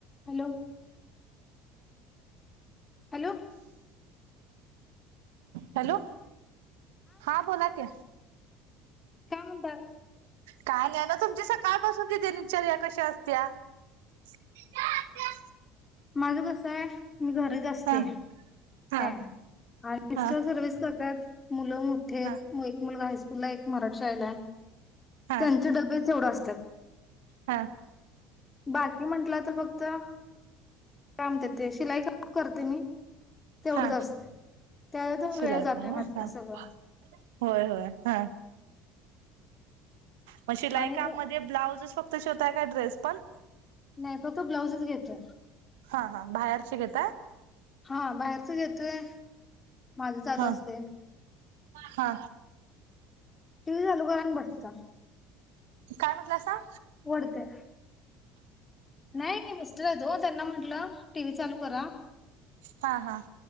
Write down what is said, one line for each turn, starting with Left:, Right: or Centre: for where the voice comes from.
Left: Hello hello
Right: hello हा बोला की.
Left: काय म्हणता
Right: काय नाही ना तुमची सकाळपासून त दिनचर्या कशी असत्या. <unintelligible>
Left: माझ कस आहे मी घरीच असते.
Right: ह हा
Left: काय आणि मिस्टर
Right: हा
Left: सर्विस करतात. मुल मोठीे आहेत.
Right: हा
Left: एक मुलगा हायस्कूलला एक मराठी शाळेला आहे.
Right: हा
Left: त्यांचे डबे तेवढ असतात.
Right: हा
Left: बाकी म्हटल तर फक्त काय म्हणत्यात ते शिलाई काम करते मी. तेवढंच
Right: हा
Left: असते त्यात वेळ
Right: शिलाई
Left: जातोय
Right: काम
Left: माझा
Right: व्हय. हा
Left: सगळं
Right: होय होय ह‌ म शिलाई
Left: आणि
Right: काममध्ये ब्लावूझ फक्त शिवताय का ड्रेस पण.
Left: नाही फक्त ब्लाउजच घेतोय
Right: हा हा बाहेरचे घेता.
Left: हा बाहेरच घेतोय माझं चालू
Right: हा
Left: असतय
Right: हा
Left: टी व्ही चालू करत्या आणि बसत्या
Right: काय म्हणलासा
Left: वढते नाही मिस्टर हाइत ओ त्यांना म्हंटलं टीव्ही चालू करा
Right: हा हा